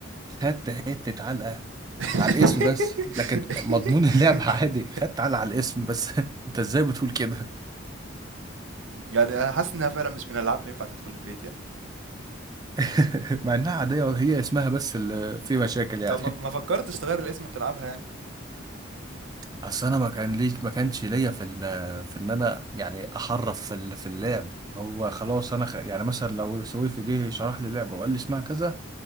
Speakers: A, on the right; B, on the right.
A: خدت حته علقه
B: <laughs>
A: على الاسم بس لكن مضمون اللعبه عادي خدت علقه على الاسم بس <laughs> انت ازاي بتقول كده
B: يعني أنا حاسس إنها فعلا مش من الألعاب اللي ينفع تدخل البيت يعني
A: <laughs> مع انها عاديه هي اسمها بس اللي فيه <laughs> مشاكل يعني
B: طب ما ما فكرتش تغير الاسم وتلعبها يعني
A: اصل انا ما كان ليش ما كانش ليا في ال- في ان انا يعني احرف في ال- في اللعب هو خلاص انا خ... يعني مثلا لو سويفي جه شرح لي اللعبه وقال لي اسمها كذا